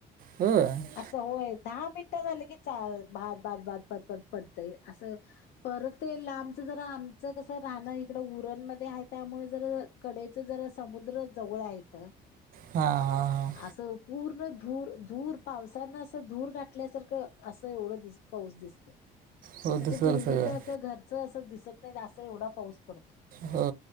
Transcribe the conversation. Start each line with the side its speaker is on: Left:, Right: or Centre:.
Right: व्हय <unintelligible>
Left: असं होय दहा मिनटं झालं की चा बाद, बाद, बाद, बाद पडतंय, असं परत ते लांबच जरा, आमचं कस राहणं, इकडं उरणमध्ये आहे त्यामुळे जर कडेच जरा मुद्र जवळ हाय इथं
Right: हा, हा, हा
Left: असं पूर्ण धूर, धूर, पावसानं असं धूर गाठल्यासारखं, असं एवढं दिस पाऊस दिसत
Right: हो
Left: म्हणजे
Right: दुसरं
Left: बिल्डिंग,
Right: सगळं
Left: असं घरचं असं दिसत नाही, असं एवढा पाऊस पडतो.
Right: हो